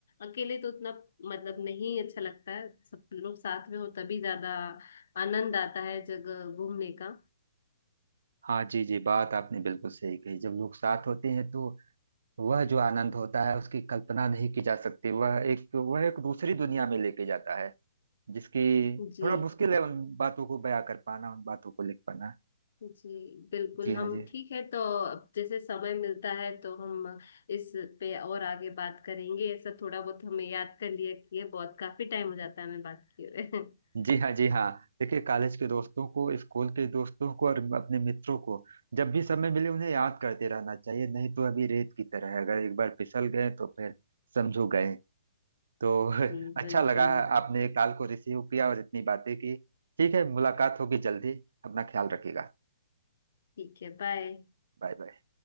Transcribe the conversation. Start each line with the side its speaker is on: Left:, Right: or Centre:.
Left: अकेले तो उतना मतलब नहीं अच्छा लगता है सब लोग साथ में हो तभी ज्यादा आनंद आता है जगह घूमने का
Right: हाँ जी जी बात आपने बिल्कुल सही कही जब लोग साथ होते हैं तो वह जो आनंद होता है उसकी कल्पना नहीं की जा सकती वह एक वह एक दूसरी दुनिया में लेके जाता है जिसकी
Left: जी
Right: थोड़ा मुश्किल है उन बातों को बयां कर पाना उन बातों को लिख पाना
Left: जी बिल्कुल
Right: जी
Left: हम
Right: हाँ जी
Left: ठीक है तो अब जैसे समय मिलता है तो हम इस पे और आगे बात करेंगे ऐसा थोड़ा बहुत हमें याद कर लिया कि ये बहुत काफी टाइम हो जाता है हमें बात किए हुए। <laughs>
Right: जी हाँ जी हाँ देखिए कॉलेज के दोस्तों को स्कूल के दोस्तों को और अपने मित्रों को जब भी समय मिले उन्हें याद करते रहना चाहिए नहीं तो अभी रेत की तरह है अगर एक बार फिसल गए तो फिर समझो गए तो <laughs>
Left: जी
Right: अच्छा
Left: बिल्कुल
Right: लगा आपने कॉल को रिसीव किया और इतनी बातें की ठीक है मुलाकात होगी जल्दी अपना ख्याल रखिएगा
Left: ठीक है बाय
Right: Bye bye